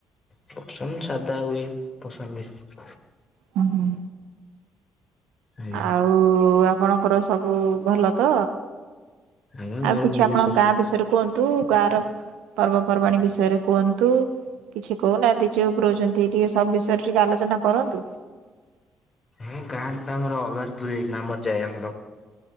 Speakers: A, on the left; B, on the right.
A: ପସନ୍ଦ ସାଦା ହୁଏ ପସନ୍ଦ ବେଶୀ।
B: ହୁଁ ହୁ।
A: ଆଜ୍ଞା
B: ଆଉ ଆପ ଣଙ୍କର ସବୁ ଭଲ ତ?
A: ଆଜ୍ଞା ଘରେ
B: ଆଉ କିଛି
A: ଭଲ
B: ଆପଣଙ୍କ
A: ସବୁ?
B: ଗାଁ ବିଷୟରେ କୁହନ୍ତୁ? ନ୍ତୁ ଗାଁ ର ପର୍ବପର୍ବାଣୀ ବିଷୟରେ କୁହନ୍ତୁ କିଛି କହୁନାହାନ୍ତି ଯଉ ଉପ ରହୁଛନ୍ତି ଟିକେ ସବୁ ବିଷୟରେ ଟିକେ ଆଲୋଚନା କରନ୍ତୁ।
A: ହୁଁ ଗାଁରେ ତ ଆମର ଅଲାରପୁର ଏଇ ଗ୍ରାମରେ ଯାଏ ଆମର